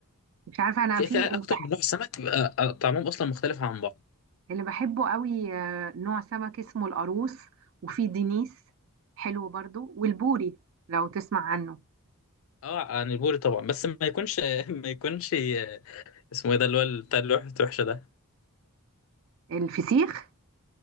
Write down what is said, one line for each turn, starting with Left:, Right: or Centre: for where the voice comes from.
Right: مش عارفه انا
Left: في
Right: في
Left: في
Right: اللي
Left: اكتر
Right: بحب
Left: من نوع سمك بيبقى آه، طعمهم اصلا مختلف عن بعض
Right: اللي بحبه قوي آه، نوع سمك اسمه القاروص وفي دينيس حلو برضو والبوري لو تسمع عنه
Left: اه عن البوري طبعا بس ما يكونش <laughs> ما يكونش آه، اسمه ايه ده اللي هو بتاع اللوحة وحشه ده
Right: الفسيخ